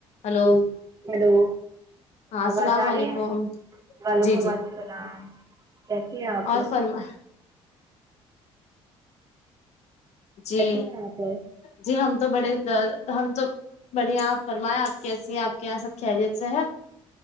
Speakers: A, on the left (about 65°); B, on the right (about 30°).
A: hello
B: جی hello
A: ہاں السلام
B: آواز آ
A: علیکم
B: رہی ہے وعلیکم
A: جی جی
B: السلام کیسی ہیں آپ
A: اور
B: تو
A: فرما جی
B: کیسی ہیں آپ
A: جی ہم تو بڑے ا ہم تو بڑھیا آپ فرمائیں آپ کیسی ہیں آپ کے یہاں سب خیریت سے ہے